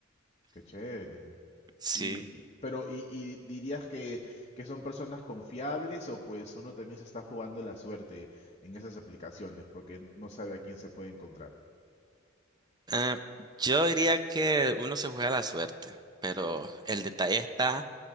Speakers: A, on the left; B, on the right.
A: qué chévere.
B: Sí.
A: Y, pero, ¿y, y dirías que, que son personas confiables o pues uno también se está jugando la suerte en esas aplicaciones porque no sabe a quién se puede encontrar?
B: Eh, yo diría que uno se juega la suerte, pero el detalle está